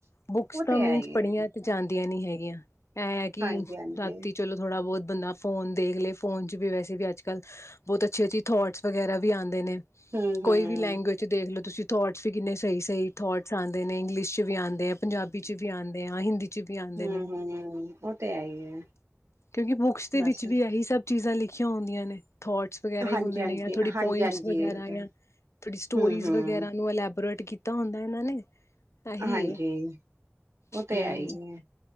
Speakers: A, on the left; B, on the right.
A: ਬੁੱਕਸ
B: ਉਹ
A: ਤਾਂ
B: ਤੇ
A: ਮੀਨਸ
B: ਹੈ ਹੀ
A: ਪੜ੍ਹੀਆਂ
B: ਹੈ
A: ਜਾਂਦੀਆਂ ਨਹੀ ਹੈਗੀਆਂ। ਐ ਕੀ
B: ਹਾਂਜੀ ਹਾਂਜੀ
A: ਰਾਤੀ ਚਲੋ ਥੋੜ੍ਹਾ ਬੋਤ ਬੰਦਾ ਫੋਨ ਦੇਖ ਲਏ ਫੋਨ ਚ ਵੀ ਵੈਸੇ ਵੀ ਅੱਜ ਕੱਲ ਬਹੁਤ ਅੱਛੀ-ਅੱਛੀ ਥੋਟਸ ਵਗੈਰਾ ਵੀ ਅੰਦਰ ਨੇ।
B: ਹਮ
A: ਕੋਈ
B: ਹਮ
A: ਵੀ ਲੈਂਗੁਏਜ ਦੇਖਲ ਤੁਸੀਂ ਥੋਟਸ ਕਿੰਨੇ ਸਈ-ਸਈ ਆਂਦੇ ਨੇ ਇੰਗਲਿਸ਼ ਚ ਵੀ ਆਂਦੇ ਆ, ਪੰਜਾਬੀ ਚ ਵੀ ਆਂਦੇ ਆ ਹਿੰਦੀ ਚ ਵੀ ਆਂਦੇ
B: ਹਮ
A: ਨੇ
B: ਹਮ ਉਹ ਤੇ ਹੈ ਹੀ ਹੈ
A: ਕਿਉਂਕੀ ਬੁਕਸ
B: ਬਸ
A: ਵਿੱਚ ਵੀ ਆਹੀ ਸਬ ਚੀਜ਼ਾਂ ਲਿਖੀਆਂ ਹੁੰਦੀਆਂ ਨੇ ਥੋਟਸ ਵਗੈਰਾ ਈ
B: ਹਾਂਜੀ
A: ਹੁੰਦੇ
B: ਹਾਂਜੀ
A: ਨੇ ਥੋੜੀ
B: ਹਾਂਜੀ
A: ਪੋਂਇੰਟਸ
B: ਹਾਂਜੀ
A: ਵਗੈਰਾ
B: ਉਹ ਤੇ
A: ਯਾਂ ਥੋੜੀ ਸਟੋਰੀਜ਼
B: ਹਮ ਹਮ
A: ਵਗੈਰਾ ਨੂੰ ਅਲਬੋਰੇਟ ਕੀਤਾ ਹੁੰਦਾ ਏਨਾਂ ਨੇ ਇਹੀ
B: ਹਾਂਜੀ
A: ਏ
B: ਓ ਤੇ
A: ਹੂੰ
B: ਹੈ ਈ ਏ